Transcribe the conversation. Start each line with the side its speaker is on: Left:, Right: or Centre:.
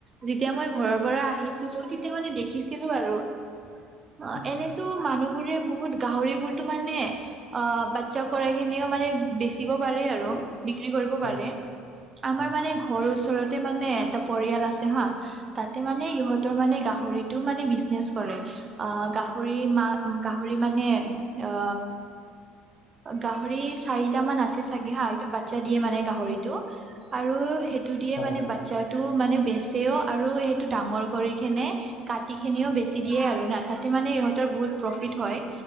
Right: যেতিয়া মই ঘৰৰ পৰা আহিছিলোঁ তেতিয়া মানে দেখিছিলো আৰু অ,
Left: আচ্ছা,
Right: এনেতো
Left: আচ্ছা।
Right: মানুহ বোৰে বহুত গাহৰিবোৰতো মানে অ, বাচ্ছা কৰাই কিনিও মানে বেচিব পাৰে আৰু বিক্ৰী কৰিব
Left: হয়
Right: পাৰে আমাৰ
Left: হয়
Right: মানে ঘৰৰ ওচৰতে মানে এটা পৰিয়াল আছে হা তাতে মানে ইহঁতৰ মানে গাহৰিটো মানে বিজনেচ কৰে আ, গা গাহৰি মা গাহৰি মানে অ
Left: <inaudible>
Right: গাহৰি চাৰিটা মান আছে চাগে হা এইটো বাচ্ছা দিয়ে মানে গাহৰিটো আৰু সেই সেইটো দিয়ে
Left: হয়
Right: মানে বাচ্ছাটো মানে বেছ বেছেও আৰু সেইটো ডাঙৰ কৰি কিনে কাটি খিনিও বেছি দিয়ে আৰু না তাতে মানে ইহঁত ইহঁতৰ বহুত প্ৰফিট হয়